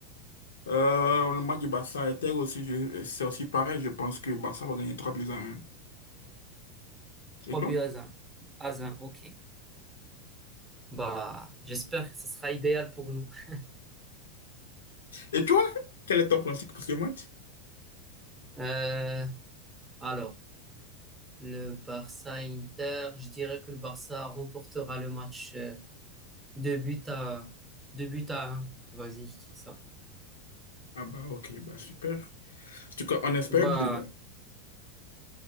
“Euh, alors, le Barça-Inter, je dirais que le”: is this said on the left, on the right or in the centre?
Right